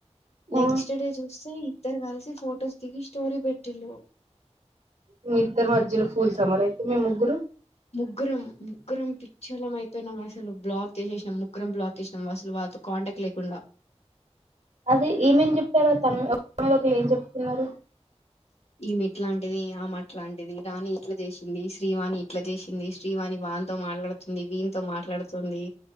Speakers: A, on the right; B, on the left.
A: ఆ!
B: నెక్స్ట్ డే చూస్తే ఇద్దరు గల్సి ఫోటోజ్ దిగి స్టోరి బెట్ టిల్లు
A: మీ ఇద్దరు మధ్యలో ఫూల్స్ మారా అయితే మేము ముగ్గురు
B: ముగ్గురం ఉక్షలం అయిపోయిం అసలు బ్లాక్ చేసేసినాం ముగ్గురం బ్లాక్ చేసినాం అసలు వాారితో కాంటాక్ట్ లేకుండా
A: అది ఏమేం చెప్పారో తను మీద ఒకళ ఏం చెప్తున్నారు
B: ఈ మీట్లాంటిది ఆమె మట్లాంటిది రాణి ఇట్లా చేసింది శ్రీవాణి ఇట్లా చేసింది శ్రీవాణి వానీతో మాట్లాడుతుంది వీనీతో తో మాట్లాడుతుంది